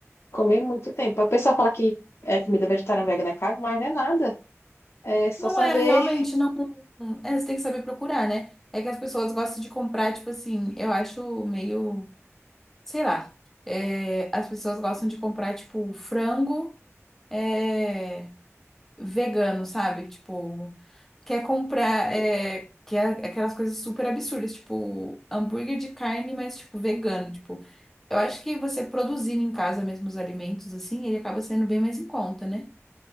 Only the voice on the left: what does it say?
comer muito tempo. A pessoa fala que é comida vegetariana e vegana é caro, mas não é nada. É só
saber